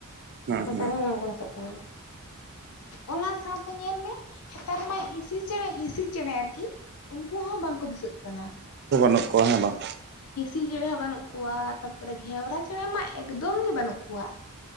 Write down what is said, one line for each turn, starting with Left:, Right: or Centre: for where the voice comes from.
Right: ᱦᱮᱸ
Left: ᱱᱮᱛᱟᱨ
Right: ᱦᱮᱸ
Left: ᱦᱚᱸ ᱵᱟᱝᱠᱚ ᱫᱤᱥᱟᱹᱜ ᱠᱟᱱᱟ ᱚᱱᱟ ᱥᱟᱶᱛᱮ ᱧᱮᱞ ᱢᱮ ᱱᱮᱛᱟᱨ ᱢᱟ ᱦᱸᱤᱥᱥᱤ ᱪᱮᱬᱮ ᱦᱤᱸᱤᱥᱥᱤ ᱪᱮᱬᱮ ᱟᱨᱠᱤ ᱩᱱᱠᱩ ᱦᱚᱸ ᱵᱟᱝᱠᱚ ᱫᱤᱥᱟᱹᱜ ᱠᱟᱱᱟ
Right: ᱱᱩᱜ ᱠᱚᱣᱟ ᱦᱮᱸ ᱵᱟᱝ
Left: ᱦᱤᱸᱥᱤ ᱪᱮᱬᱮ ᱦᱚᱸ ᱵᱟᱹᱱᱩᱜ ᱠᱚᱣᱟ ᱛᱟᱨᱯᱚᱨᱮ ᱜᱷᱮᱣᱨᱟ ᱪᱮᱬᱮ ᱢᱟ ᱮᱠᱫᱚᱢ ᱜᱮ ᱵᱟᱹᱱᱩᱜ ᱠᱚᱣᱟ